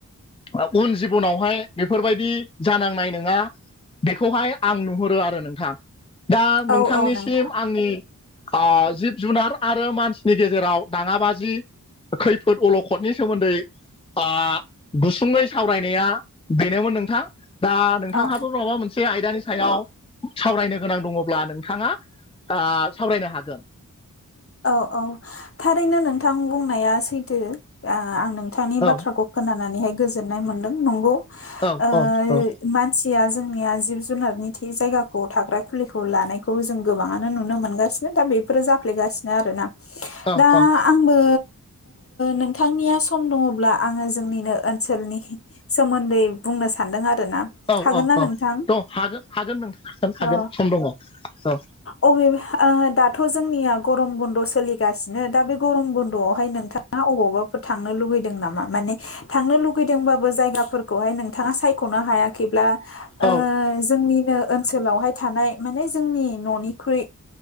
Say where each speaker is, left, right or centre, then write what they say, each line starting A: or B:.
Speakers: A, on the left; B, on the left.
A: ओ उन जिबनावहाय बेफोरबायदि जानांनाय नङा बेखौहाय आं नुहुरो आरो नोंथां दा
B: औ
A: नोंथांनिसिम
B: औ नोंथां
A: आंनि आ जिब जुनार आरो मानसि नि गेजेराव दाङाबाजि खैफोद अलखदनि सोमोन्दै आ गुसुङै सावरायनाया बेनोमोन नोंथां दा नोंथांहाबो
B: औ
A: माबा मोनसे आयदानि सायाव सावरायनो गोनां दङब्ला नोंथाङा आ सावरायनो हागोन
B: औ औ थारैनो नोंथां बुंनाया सैथो ओ आं नोंथांनि
A: औ
B: बाथ्राखौ खोनानानैहाय गोजोननाय मोन्दों नंगौ
A: औ
B: ओ
A: औ औ
B: मानसिया जोंनिया जिब जुनारनि थ जायगाखौ थाग्रा खुलिखौ लानायखौबो जों गोबाङानो नुनो मोनगासिनो दा बेफोरो जाफ्लेगासिनो आरोना
A: औ
B: दा
A: औ
B: आंबो नोंथांनिया सम दङब्ला आङो जोंनिनो ओनसोलनि सोमोन्दै बुंनो सान्दों आरोना
A: औ
B: हागोन
A: औ
B: ना
A: औ
B: नोंथां
A: द' हागोन हागोन नों हागोन हागोन
B: औ
A: सम दङ औ
B: अबे दाथ' जोंनिया गरम बुन्द' सोलिगासिनो दा बे गरम बुन्द न'आवहाय नोंथाङा अबावबाफोर थांनो लुुबैदों नामा माने थांनो लुगैदोंबाबो जायगाफोरखौहाय नोंथाङा सायख'नो हायाखैब्ला।
A: औ
B: ओ जोंनिनो ओनसोलावहाय थानाय माने जोंनि न'निख्रै